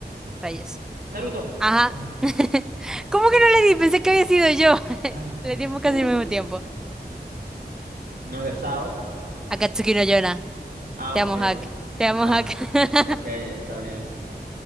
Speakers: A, in the centre; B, on the right (about 65°).
A: rayos.
B: Naruto.
A: Ajá.
B: Ah,
A: <laughs> ¿Cómo que no le di? Pensé que había sido yo. <laughs>
B: ah,
A: Le dimos
B: uf.
A: casi al mismo tiempo.
B: No es de Sao.
A: Akatsuki no Yona.
B: Ah,
A: Te
B: ok.
A: amo, Hack. Te amo,
B: Ah,
A: Hack. <laughs>
B: ok, está bien.